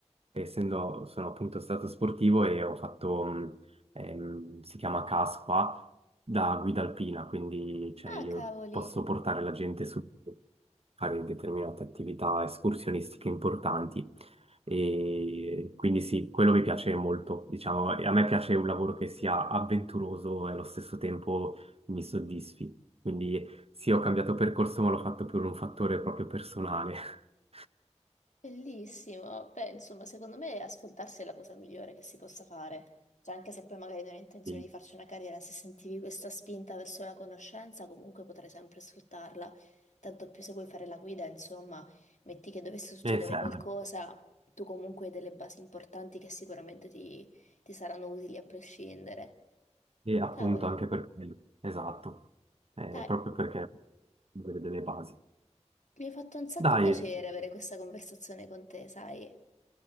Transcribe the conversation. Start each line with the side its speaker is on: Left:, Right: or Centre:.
Right: essendo sono appunto stato sportivo e ho fatto, mh, ehm, si chiama CAS qua, da guida alpina, quindi cioè,
Left: Ah,
Right: io
Left: cavoli,
Right: posso portare la gente su fare determinate attività escursionistiche importanti. E quindi sì, quello mi piace molto, diciamo, e a me piace un lavoro che sia avventuroso e allo stesso tempo mi soddisfi. Quindi sì, ho cambiato percorso, ma l'ho fatto per un fattore proprio personale. <laughs>
Left: bellissimo. Beh, insomma, secondo me ascoltarsi è la cosa migliore che si possa fare. Cioè, anche se poi magari non hai intenzione
Right: Sì,
Left: di farci una carriera, se sentivi questa spinta verso la conoscenza, comunque potrai sempre sfruttarla. Tanto più se vuoi fare la guida, insomma, metti che dovesse succedere
Right: e serve.
Left: qualcosa, tu comunque hai delle basi importanti che sicuramente ti ti saranno utili a prescindere.
Right: E appunto
Left: Cavoli,
Right: anche per quello, esatto, Eh,
Left: dai,
Right: proprio perché deve delle basi.
Left: mi ha fatto un sacco
Right: Dai,
Left: piacere avere questa conversazione con te, sai?